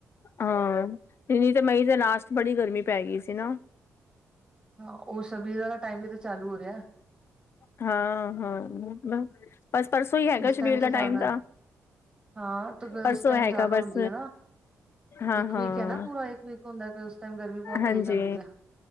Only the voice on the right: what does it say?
ਹਾਂ ਉਹ ਸਭੀਲ ਵਾਲਾ ਟਾਈਮ ਵੀ ਤੇ ਚਾਲੂ ਹੋ ਰਿਹਾ,
ਉਸ
ਤੇ
ਜ਼ਿਆਦਾ
ਹਾਂ ਤੇ ਫੇਰ
ਉਸ ਟਾਈਮ
ਜ਼ਿਆਦਾ
ਹੁੰਦੀ ਹੈ ਨਾ?
ਇੱਕ ਵੀਕ ਹੈ ਨਾ ਪੂਰਾ ਇੱਕ ਵੀਕ ਹੁੰਦਾ ਫੇਰ ਉਸ ਟਾਈਮ ਗਰਮੀ ਬਹੁਤ
ਤੇਜ਼ ਆਉਂਦੀ ਹੈ,